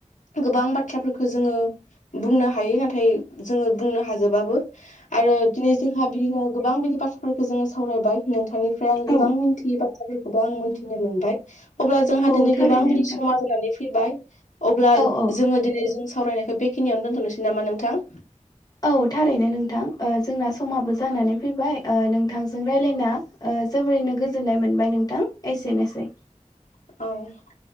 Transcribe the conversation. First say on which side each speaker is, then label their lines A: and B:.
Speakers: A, on the left; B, on the left.
A: गोबां बाथ्राफोरखौ जोङो बुंनो हायो नाथाय जोङो बुंनो हाजोबाबो आरो दिनै जोंहा बिदिनो गोबां बिदि बाथ्राफोरखौ जोङो सावरायबाय नोंथांनिफ्राय आङो
B: औ
A: गोबां मिन्थियोबाया फफोरखौबो आङो मोन्थिनो मोनबाय अब्ला जोंहा
B: औ
A: दिनै
B: थारैनो
A: गोबां बिदि
B: नोंथां।
A: समा जानानै फैबाय अब्ला
B: औ औ
A: जोङो दिनै जों सावरायनायखौ बेखिनियावनो दोनथ'नोसै नामा नोंथां
B: औ थारैनो नोंथां ओजोंना समाबो जानानै फैबाय ओ नोंथांजों राय्लायना ओ जोबोरैनो गोजोननाय मोनबाय नोंथां एसेनोसै।
A: औ